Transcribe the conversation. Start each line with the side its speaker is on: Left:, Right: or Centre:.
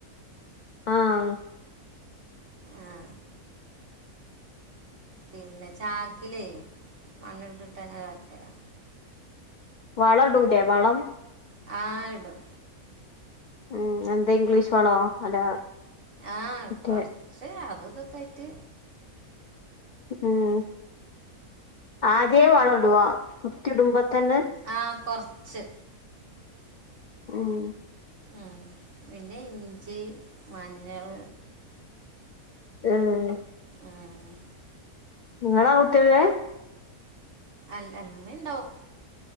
Left: ആഹ്
Right: ആ പിന്നെ ചാക്കിലേ മണ്ണിട്ടിട്ട് അങ്ങനെ വെക്കല
Left: വളംടൂലെ വളം
Right: ആഹ് ഇടും
Left: ഉം എന്താ ഇംഗ്ലീഷ് വണോ അല്ല
Right: ആഹ്
Left: മറ്റേ
Right: കൊർച്ച് അതും ഇതൊക്കെ ആയിട്ട്.
Left: ഏഹ് ആദ്യേ വളടോ കുത്തി ഇടുമ്പ തന്നെ.
Right: ആഹ് കൊർച്ച്.
Left: ആഹ്
Right: ആഹ്. പിന്നെ ഇഞ്ചി, മഞ്ഞൾ,
Left: ഏഹ്
Right: ആഹ്
Left: ഇങ്ങളാ <unintelligible>
Right: അല്ല ഇമ്മിണ്ടാവും.